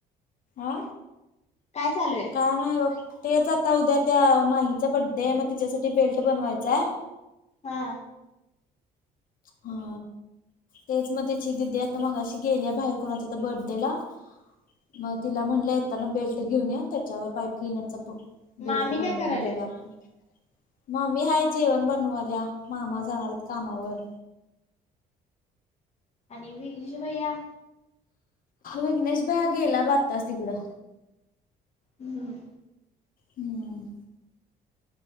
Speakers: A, on the left; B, on the left.
A: आ
B: काय चालूये?
A: काय नाही बघ, तेच आता उद्या त्या माहीचा बड्डे आहे मग तिच्यासाठी बेल्ट बनवायचाय
B: हा.
A: हा. तेच म तिची दिदी आता मगाशी गेलीया बाहेर कोणाच्या इथ बर्थडे ला मग तिला म्हणलं येताना बेल्ट घेऊन त्याच्यावर पाईप क्लिनर चा ब बेल्ट
B: मामी
A: बनवून
B: काय करायल्यात
A: देऊया आपूण. मामी हाय जेवण बनवाल्या मामा जाणारयेत कामावर.
B: आणि विघ्नेश भैया?
A: विघ्नेश भैया गेला ब आत्ताच तिकडं.
B: हम्म.
A: हम्म.